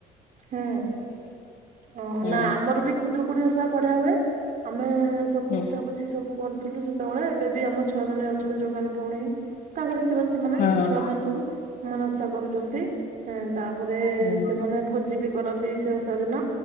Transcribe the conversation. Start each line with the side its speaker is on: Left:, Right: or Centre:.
Right: ହୁଁ, ଓହୋ
Left: ହୁଁ
Right: ନା ଆମର ବି ଖୁଦୁରୁ କୁଣି ଓଷା ବଢିଆ ହୁଏ, ଆମେ ସବୁ
Left: ହୁଁ
Right: ବୁଝାବୁଝି ସବୁ କରୁଥିଲୁ, ସେ ସେତେବେଳେ, ଏବେ ବି ଆମ ଛୁଆ ମାନେ ଅଛନ୍ତି ଯୋଉମାନେ ଭଉଣୀ, ତାଙ୍କ ସାଥି ମାନେ ସେମାନେ,
Left: ହଁ ହଁ
Right: ଛୁଆ ମାନେ ସବୁ ସେମାନେ ଓଷା କରୁଚନ୍ତି, ତାପରେ
Left: ହୁଁ
Right: ମାନେ ଭୋଜି ବି କରନ୍ତି ସେ ଓଷା ଦିନ,